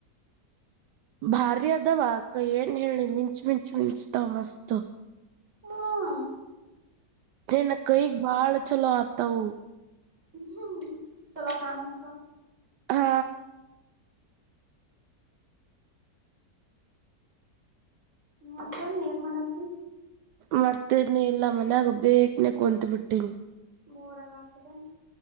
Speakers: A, on the right; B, on the right.
A: ಭಾರ್ಯದವಾ ಕ ಏನ್ ಹೇಳಿ ಮಿಂಚು ಮಿಂಚು ಮಿಂಚತಾವ ಮಸ್ತ್
B: ಹ್ಮ
A: ನ ಕೈ ಬಾಳ ಚಲೋ ಆತ ಹ
B: ಹ್ಮ್ ಚಲೋ ಕಾಣಸ್ತ
A: ಹಾ
B: ಮತ್ತ ಏನ್ ಮಾಡತಿ
A: ಮತ್ತೇನ ಇಲ್ಲ ಮನ್ಯಾಗ ಬೇಕನೆ ಕುತ್ ಬಿಟ್ಟೀನಿ
B: ಬೋರ ಕತದೆನೆ